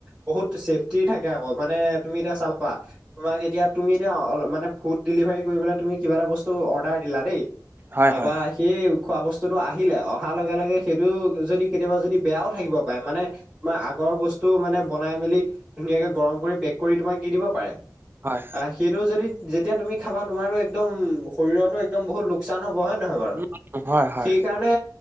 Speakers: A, in the centre; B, on the right.
A: বহুত ছেফটিৰ থাকে আকৌ মানে, তুমি এতিয়া চাবা, তোমাক এতিয়া তুমি এতিয়া মানে ফুদ ডিলিভাৰী কৰিবলে তুমি কিবা এটা বস্তু অৰ্ডাৰ দিলা দেই
B: হয়
A: তাৰপা
B: হয় হয়
A: সেই খোৱা বস্তুটো আহিলে অহাৰ লগে- লগে সেইটো যদি কেতিয়াবা যদি বেয়াও থাকিব পাৰে মানে বা আগ গৰ বস্তু মানে বনাই মেলি ধুনীয়াকে গৰম কৰি পেক কৰি তোমাক দি দিব পাৰে
B: হয়
A: আ সেইটো যদি যেতিয়া তুমি খাবা তোমাৰো একদম শৰীৰতো একদম বহুত লো কচান হ'ব হয় নহয় বাৰু
B: উম হয় হয়
A: সেইকাৰণে